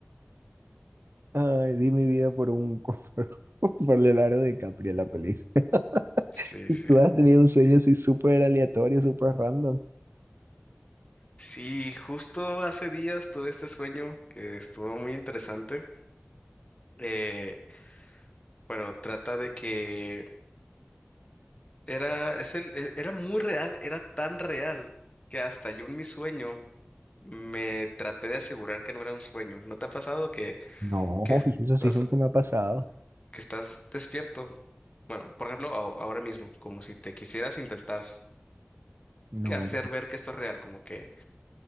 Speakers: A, on the right; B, on the left.
A: Ay, di mi vida por un, <laughs> por, por Leonardo DiCaprio en la película.
B: Sí,
A: <laughs>
B: sí.
A: ¿Tú has tenido un sueño así súper aleatorio, súper random?
B: Sí, justo hace días tuve este sueño que estuvo muy interesante. Eh, bueno, trata de que era, es el, e- era muy real, era tan real que hasta yo en mi sueño me traté de asegurar que no era un sueño. ¿No te ha pasado que,
A: No,
B: que estás
A: <laughs> eso sí nunca me ha pasado.
B: que estás despierto. Bueno, por ejemplo, a- ahora mismo, como si te quisieras intentar
A: No.
B: que hacer ver que esto es real, como que